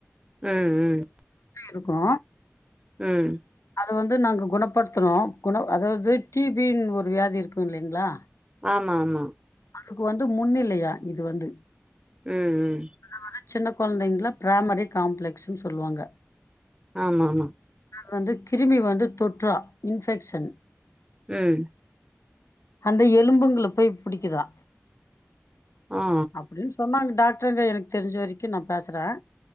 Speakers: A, on the right (about 15°); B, on the left (about 85°).
A: ம் ம்
B: ருக்கூ
A: ம்
B: அது வந்து நாங்க குணப்படுத்துனோ குண அதாவ்து டீ பி ன் ஒரு வியாதி இருக்கூ இல்லைங்ளா
A: ஆமா ஆமா
B: அதுக்கு வந்து முன்னிலையா இது வந்து
A: ம் ம்
B: அது சின்ன குழந்தைங்கல பிராமரி காம்ப்ளெக்ஸ்ன்னு சொல்லுவாங்க
A: ஆமாமா
B: வந்து கிருமி வந்து தொற்றா இன்ஃபெக்க்ஷன்
A: ம்
B: அந்த எலும்புங்கள போய் பிடிக்குதா
A: ஆ
B: அப்டின்னு சொன்னாங்க டாக்டர்ங்க எனக்கு தெரிஞ்ச வரைக்கு நா பேசுறேன்